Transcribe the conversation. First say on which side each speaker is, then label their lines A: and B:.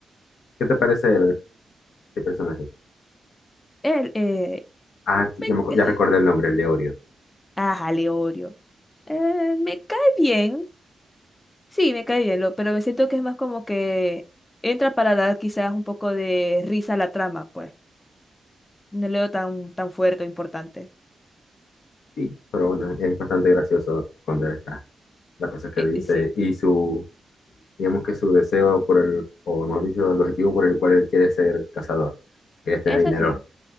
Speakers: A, on the left; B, on the left.
A: ¿qué te parece el, este personaje?
B: Él, eh,
A: Ah,
B: me-
A: ya, me acu-
B: <laughs>
A: ya recordé el nombre, el de Orio.
B: Ajá, Leorio. Eh, me cae bien, sí, me cae bien, lo, pero me siento que es más como que entra para dar quizás un poco de risa a la trama, pues. No leo tan, tan fuerte o importante.
A: Sí, pero bueno, es bastante gracioso cuando él está. la cosa es que
B: Eh,
A: dice
B: y sí,
A: y
B: sí.
A: su, digamos que su deseo por el, o mejor dicho, el objetivo por el cual él quiere ser cazador, que es tener
B: eso
A: dinero,
B: sí.